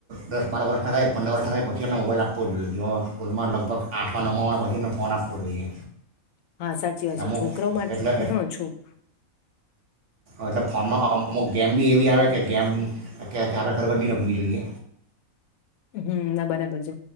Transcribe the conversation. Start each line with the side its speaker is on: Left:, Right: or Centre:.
Right: દસ બાર વર્ષના થાય પંદર વર્ષના થાય પછી અને મોબાઈલ આપવો જોઈએ તો સ્કૂલમાં લગભગ આઠમાં નવમાં વા પછી અને ફોન આપવો જોઈએ.
Left: હા સાચી વાત છે
Right: અમુક
Left: છોકરાઓ માટે
Right: એટલે
Left: હ છોક
Right: એટલે ફોનમાંમ અમુ ગેમ બ એવી આવે ગ આપણે ખરેખર નહી રમી જોઈએ.
Left: હમ્મ ના બરાબર છે